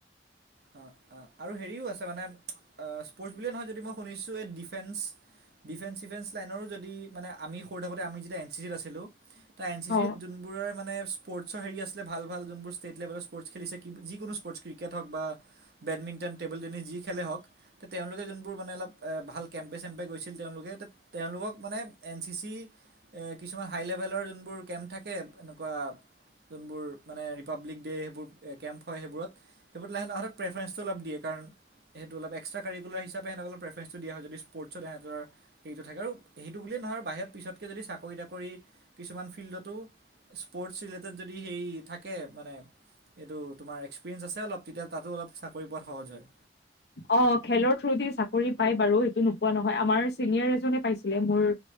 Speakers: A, on the right; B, on the left.
A: আ, আৰু হেৰিও আছে মানে আ, স্পৰ্টছ বুলিয়ে নহয় যদি মই শুনিছোঁ এই ডিফেন্স ডিফেন্স চিফেন্স লাইনৰো যদি মানে আমি সৰু থাকোঁতে আমি যেতিয়া এন চি চিত আছিলোঁ তাৰ এন চি
B: অ
A: চিত যোন বোৰৰে মানে স্পৰ্টৰ হেৰি আছিলে, ভাল ভাল যোনবোৰ ষ্টেট লেভেলত স্পৰ্টছ খেলিছে, যিকোনো স্পৰ্টছ ক্ৰিকেট হওক বা বেডমিণ্টন, টেবুল টেনিছ যি খেলে হওক ত' তেওঁলোকে যোনবোৰ মানে অলপ ভাল কেম্পে চেম্পে গৈছিল তেওঁলোকে এত, তেওঁলোকক মানে এন চি চি এ, কিছুমান হাই লেভেলৰ যোনবোৰ কেম্প থাকে এনেকুৱা যোনবোৰ মানে ৰিপাব্লিক ডে, সেইবোৰ কেম্প হয় সেইবোৰত সেইটো লাহে, সিহঁতক প্ৰেফাৰেঞ্চটো অলপ দিয়ে কাৰণ সেইটো অলপ এক্সট্ৰা কাৰিকুলাৰ হিাচাপে হেহঁতক প্ৰেফাৰেঞ্চটো দিয়া হয় যদি স্পৰ্টছত হেহঁতৰ সেইটো থাকে আৰু সেইটো বুলিয়েই নহয় বাহিৰত পিছতকে যদি চাকৰি তাকৰি কিছুমান ফিল্ডতো স্পৰ্টছ ৰিলেটেড যদি হেৰি থাকে মানে এইটো তোমাৰ এক্সপিৰিয়েঞ্চ আছে অলপ তেতিয়া তাতো অলপ চাকৰি পোৱাত সহজ হয়।
B: অ', খেলৰ থ্ৰুদি চাকৰি পায় বাৰু, সেইটো নোপোৱা নহয়, আমাৰ চিনিয়ৰ এজনে পাইছিলে মোৰ